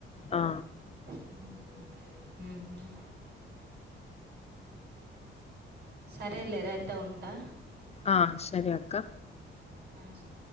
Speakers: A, on the left (about 30°); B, on the right (about 55°).
A: ఆ
B: ఉమ్ హు ఉమ్ హ్ సరే లేరా అయితే ఉంటా
A: ఆ సరె అక్క
B: ఆష